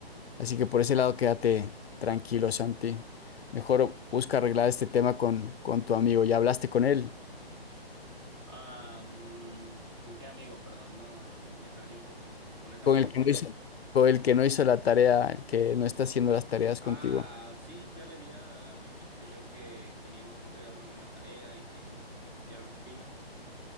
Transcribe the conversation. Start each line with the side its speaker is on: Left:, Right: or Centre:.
Left: Así que por ese lado quédate tranquilo, Santi. Mejor busca arreglar este tema con, con tu amigo. ¿Ya hablaste con él?
Right: Ah, mm, ¿con qué amigo? Perdón, no, me perdí un poco con esa
Left: Con
Right: pregunta,
Left: el que no
Right: Laura.
Left: hizo, con el que no hizo la tarea, el que no está haciendo las tareas
Right: Ah,
Left: contigo.
Right: sí, ya le había dicho yo que teníamos que entregar una buena tarea y que se pusiera las pilas,